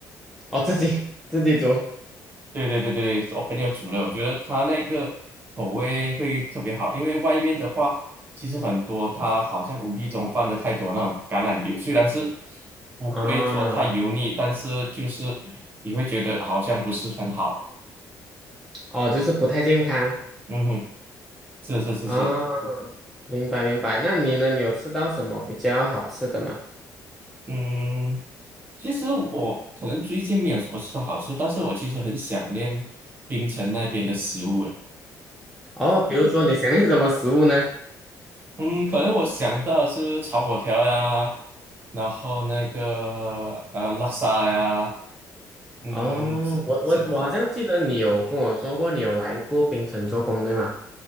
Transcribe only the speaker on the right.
对对对对，我朋友煮的，我觉得他那个口味会特别好，因为外面的话，其实很多他好像无意中放的太多那种橄榄油，虽然是不会说太油腻，
但是就是你会觉得好像不是很好。
嗯哼，是是是是，
嗯，其实我可能最近没有什么吃到好吃，但是我其实很想念槟城那边的食物
嗯，可能我想到的是炒粿条呀，然后那个呃拉萨呀，嗯，
这这好，